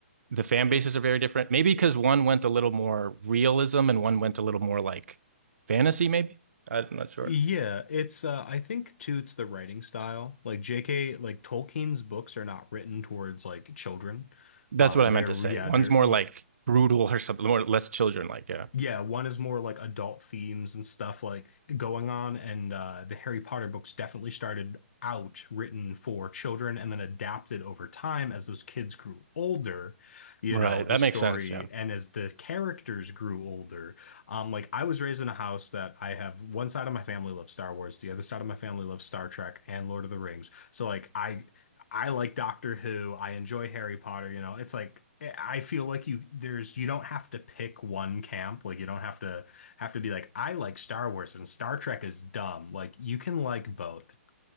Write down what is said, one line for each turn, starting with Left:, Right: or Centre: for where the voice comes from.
Right: the fan bases are very different. Maybe because one went a little more realism and one went a little more like fantasy. Maybe I'm not sure.
Left: yeah, it's uh I think too it's the writing style. Like JK, like Tolkien's books are not written towards like children.
Right: That's
Left: Um
Right: what I
Left: they're
Right: meant to say.
Left: yeah,
Right: One's
Left: they're
Right: more like brutal or something, more less children like. Yeah.
Left: Yeah, one is more like adult themes and stuff like going on, and uh, the Harry Potter books definitely started out written for children and then adapted over time as those kids grew older, you
Right: Right.
Left: know, the
Right: That
Left: story
Right: makes sense. Yeah.
Left: and as the characters grew older. Um, like I was raised in a house that I have one side of my family loves Star Wars, the other side of my family loves Star Trek and Lord of the Rings. So like I I like Doctor Who. I enjoy Harry Potter. You know, it's like eh, I feel like you there's you don't have to pick one camp. Like you don't have to have to be like I like Star Wars and Star Trek is dumb. Like you can like both. <laughs>